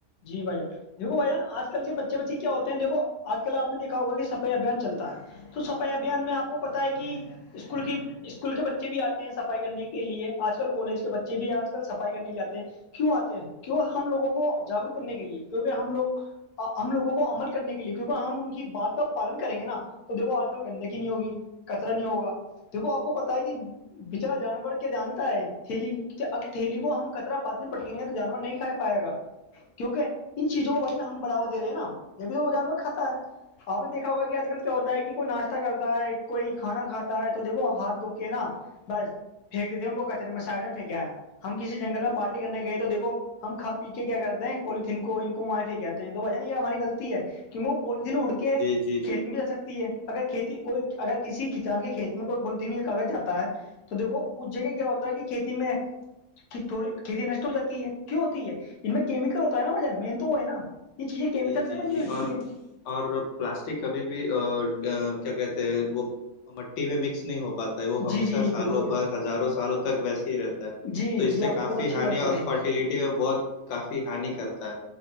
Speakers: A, on the left; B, on the left.
A: جی بھائییا <unintelligible> دیکو بھائیان آج کل کے بچے بچے کیا ہوتے ہیں دیکو آج کل آپ نے دیکھا ہوگا کہ صفائی ابھیان چلتا ہے تو سب ابھیان میں آپ کو پتا ہے کہ اسکول کی اسکول کے بچے بھی آتے ہیں صفائی کرنے کے لیے آج کل کالج بچے بھی آج کل سفائی کرنے کے آتے ہیں کیوں آتے ہیں کیوں ہم لگوں کو جاگروک کرنے کے لیے کیونکہ ہم لوگ ہم لوگوں کو عمل کرنے کے لیے کیونکہ ہم ان کی بات کا پالن کریں گے نا تو دیکھو آج کل گندگی نہیں ہوگی کچرا نہیں ہوگا دیکھو آپ کو پتا ہے کہ بچلاا جانور کیا جانتا ہے تھیلی ا تھیلی کو ہم کطر پات میں پٹکیں گے تو جانور نہیں کھا پائے گا کیونکہ ان چیزوں کو و ہم بڑھوا د رہے ہیں نا جبھی تو وہ جانور کھاتا ہے آپ نے دیکا ہوگا آجل
B: چاہیے
A: کیا
B: ہ
A: ہوتا
B: ہ ہ
A: ہے کہ کوئی ناشت کرتا ہے کوئی کھانا کھاتا ہے تو دیکھو ہاتھ دھو کے نا بس پھینک دیتے ہیں ان کو کچرے میں سائڈ میں پھییکا ہے ہم کسی جنگل میں
B: ہ
A: پالٹی کرنے گئے تو دیکھو ہم کا پی کے کیا کرتے پالیتھین کو ان کو معافی کہتے ہیں تو بھائین یہ ہماری غلط ہے کیونکہ وہ پیتھیین اڑ کے کہ
B: جی ہ جی جی جی
A: کھیت میں بھی جا سکتے <inaudible> اگر کھیتی کوئی اگر کسی کسان کے کھیت میں کوئی بلدنی کاغذ جاتا ہے تو دیکو اس جگہ کیا ہوتا ہے کہ کھیتی میں کہ تھوڑی کھیتی نشٹ ہو جاتی ہے کیوں ہوتی ہے ان میں کیمیکل ہوتا ہے نا وجن مین تو وہ ہے نا یہ چیزیں کیمیکل
B: جی جی
A: سے بنی
B: جی
A: ہوتی
B: اور
A: ہے
B: اور پلاسٹک کبھی بھی کیا کہتے ہیں وہ مٹی میں مکس نہیں ہو پاتا وہ ہمیشہ
A: جی جی
B: سالوں
A: بالکل
B: پر ہزاروں سالوں تک ویسے رہتا ہے
A: جی یہ
B: تو اس سے
A: آپ
B: کافی
A: نے بہت اچھی
B: ہانی
A: بات سنائی
B: اور فرٹیلٹی میں بہت کافی ہانی کرتا ہے